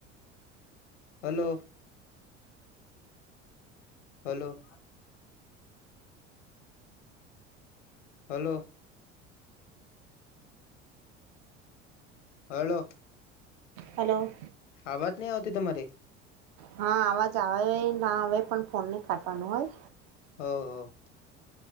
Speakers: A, on the left; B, on the right.
A: Hello. Hello. Hello. Hello.
B: Hello.
A: આવાજ નહી આવતી તમારી?
B: હા અવાજ આવે ના આવે પણ ફોન નહી કાટવાનું હોય.
A: હો.